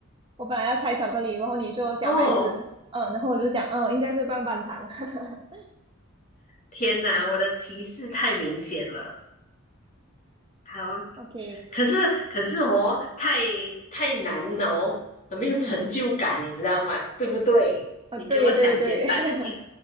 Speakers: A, on the right; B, on the left.
A: 我本来要猜巧克力，然后你说小孩子，
B: 哦，
A: 嗯，然后我就想，嗯，应该是棒棒糖。<laughs>
B: 天哪，我的提示太明显了。好，
A: OK，
B: 可是可是哦，太太难了哦，很没有成就感，
A: <clears throat> 嗯，
B: 你知道吗？对不对？
A: 哦，
B: 你给我想简单一点，
A: 对对对，<laughs>